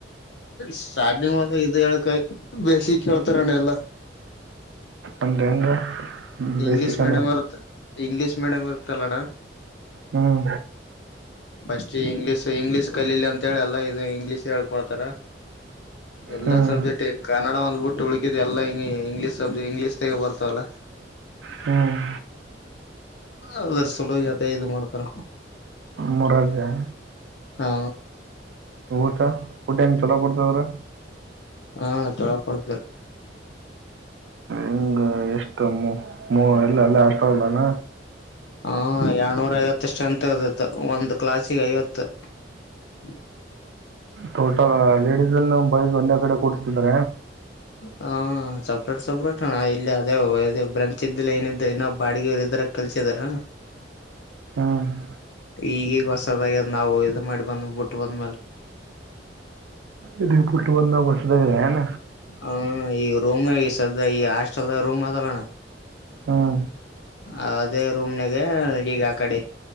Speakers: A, on the left; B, on the right.
A: ಸ್ಟಾರ್ಟಿಂಗ್ ಇ ಹೇಳಕ ಬೇಸಿಕ್ ಕೇಳ್ತಾರಣ ಎಲ್ಲಾ
B: ಅಂದ್ರ ಒಂದ
A: ಇಂಗ್ಲೀಷ್
B: ಬೇಸಿಕ್
A: ಮೀಡಿಯಂ್ ಬರ್ ಇಂಗ್ಲೀಷ್ ಮೇಡಮ್ ಇರ್ತಲ್ಲಣ
B: ಹ್ಮ್
A: ಸ್ಟ್ ಇಂಗ್ಷ್ ಸೊ ಇಂಗ್ಲೀಷ್ ಕಲಿಲ್ಲ ಅಂತ ಹೇಳಿ ಅಲ್ಲ ಇದು ಇಂಗ್ಲೀಷ್ ಹೇಳ್ಕೊಡ್ತಾರ ಎಲ್ಲಾ
B: ಹ್ಮ್
A: ಸಬ್ಜೆಕ್ಟ್ ಕನ್ನಡ ಒಂದ್ಬಊಟ್ಟ ಉಳಕಿದ್ ಎಲ್ಲಾ ಇಂಗ್ಲೀಷ್ ಸ ಇಂಗ್ಲೀಷ್ ತಾಗೆ ಬರ್ತಾವಲ್ಲ
B: ಹ್ಮ್
A: ಅದ್ರ ಸುಲಭ ಆತ ಇದು ಮಾಡ್ತಾರ
B: ಮರ ಜಾಯ
A: ಹಾ
B: ಊಟ ಊಟ ನ್ ಚಲೋ ಕೊಡ್ತದ್ರ
A: ಹಾ ತೊಳ ಕೊಡ್ತ್ರ
B: ಹಂಗ ಎಷ್ಟ ಎಲ್ಲ ಅಲ್ಲ ಅಷ್ಟಲ್ಲಾನ
A: ಹಾ ಎರನೂರ ಐವತ್ತಷ್ಟು ಅಂತ ಹದತ್ತು ಒಂದ್ ಕ್ಲಾಾಸಿಗೆ ಐವತ್ತು ಹ್ಮ
B: ತೋಟ ಲೇಡಿಸಸ್ ಅನ್ನು ಬಾಯ್ಸ್ ಒಂದೇ ಕಡೆ ಕೂಸ್ತಿದ್ರ
A: ಹಾ ಸಪ್ರೇಟ್ ಸಪ್ರೇಟ್ ಹಣ ಇಲ್ಲಿ ಅದೇ ಬ್ರಂಚ್್ದಿಲ್ಲ ಏನ ಇ ಬಾಡಿಗೆ ಕೆಲ್ಸಿದಾರ
B: ಹ್ಮ್
A: ಈಗಗ ಸದ ನಾವು ಇ ಮಾಡಿ ಬಂದ ಬಿಟ್ಟು ಬಂದ್ಮೇಲೆ
B: ಇದ ಪುಟ್ಟು ಒಂದು ಬಸದಾಗದೆ ಏನ
A: ಹ ಈ ರೂಮ್ ಈ ಸದ್ಯ ಈ ಹಾಸ್ಟೆಲ್ ರೂಮ್ ಅದಲ್ಲಣ
B: ಹ್ಮ
A: ಅದೇ ರೂಮ್ನಾಗ ಈಗ ಆ ಕಡೆ